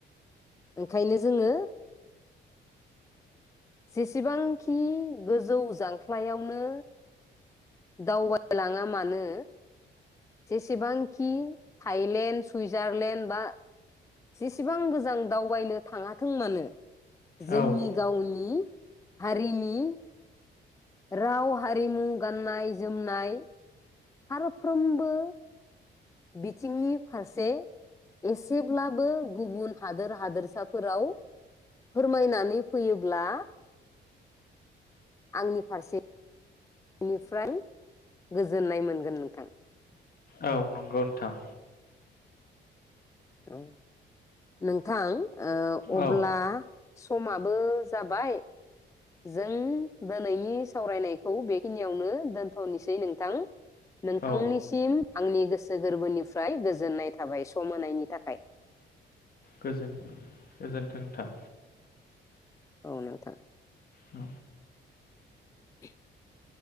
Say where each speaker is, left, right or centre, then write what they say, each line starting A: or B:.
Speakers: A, on the left (about 15°); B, on the left (about 50°).
A: ओंखायनो जोङो जेसेबांखि गोजौ जांख्लायावनो दावबायलाङा मानो जेसेबांखि थाइलेण्ड सुइजारलेण्ड बा जेसेबां गोजां दावबायनो थाङाथों मानो। जोंनि
B: औ
A: गावनि हारिनि राव हारिमु। गाननाय जोमनाय फारफ्रोमबो बिथिंनि फारसे एसेब्लाबो गुबुन हादोर हादोरसाफोराव फोरमायनानै फैयोब्ला आंनि फारसे बेनिफ्राय गोजोननाय मोनगोन नोंथां
B: औ नंगौ नोंथां।
A: औ नोंथां। ओ अब्ला
B: औ।
A: समाबो जाबाय जों दोनैनि सावरायनायखौ बेखिनियावनो दोन्थनोसै नोंथां नोंथांनिसिम
B: औ
A: आंनि गोसो गोर्बोनिफ्राय गोजोन्नाय थाबाय सम होनायनि थाखाय।
B: गोजोन-गोजोन्थों नोंथां।
A: औ नोंथां।
B: औ।
A: <inaudible>